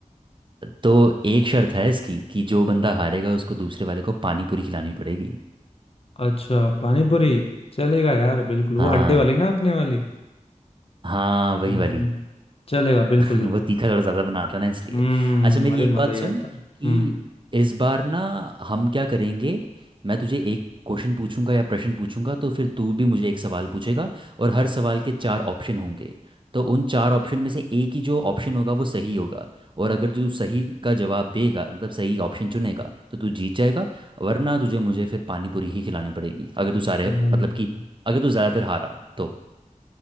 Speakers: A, on the right; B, on the left.
A: तो एक शर्त है इसकी कि जो बंदा हारेगा उसको दूसरे वाले को पानी पूरी खिलानी पड़ेगी
B: अच्छा पानी पूरी चलेगा यार बिल्कुल वो
A: हाँ
B: अड्डे वाली ना अपने वाली
A: हाँ वही
B: हम्म,
A: वाली
B: चलेगा बिल्कुल
A: <laughs> वो
B: बिल्कुल
A: तीखा थोड़ा ज़्यादा बनाता ना इसलिए
B: हम्म
A: अच्छा मेरी
B: अरे
A: एक
B: मजा
A: बात
B: ही
A: सुन
B: आता
A: कि
B: है। हम्म
A: इस बार ना हम क्या करेंगे मैं तुझे एक क्वेश्चन पूछूंगा या प्रश्न पूछूंगा तो फिर तू भी मुझे एक सवाल पूछेगा और हर सवाल के चार ऑप्शन होंगे तो उन चार ऑप्शन में से एक ही जो ऑप्शन होगा वो सही होगा और अगर जो सही का जवाब देगा मतलब सही ऑप्शन चुनेगा तो तू जीत जाएगा वरना तुझे मुझे फिर पानी पूरी ही खिलानी पड़ेगी अगर तू सारे
B: हम्म,
A: मतलब कि अगर तू ज़्यादातर हारा तो